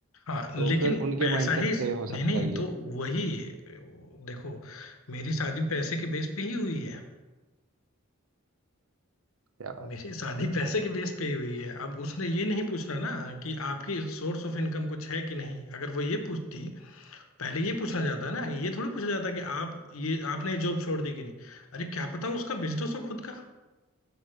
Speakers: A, on the left; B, on the right.
A: हाँ लेकिन
B: तो फिर उनके
A: पैसा
B: माइंडसेट
A: ही
B: से हो सकता
A: नहीं नहीं
B: है ये
A: तो वही देखो मेरी शादी पैसे के बेस पे ही हुई है
B: क्या बात
A: मेरी शादी पैसे के बेस पे ही हुई है अब उसने ये नहीं पूछना ना कि आपकी सोर्स ऑफ इनकम कुछ है कि नहीं अगर वो ये पूछती पहले ये पूछना जाता ना ये थोड़ी पूछा जाता कि आप ये आपने जॉब छोड़ दी कि नहीं अरे क्या पता उसका बिजनेस हो खुद का